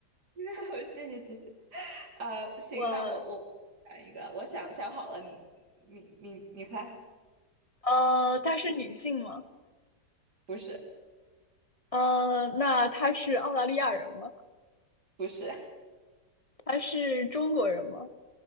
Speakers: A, on the right; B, on the left.
A: <laughs> 谢谢谢谢，啊，行，
B: 我
A: 那我我想一个，我想想好了，你你你你猜，
B: 呃，她是女性吗？
A: 不是
B: 呃，那她是澳大利亚人吗？
A: 不是。
B: 她是中国人吗？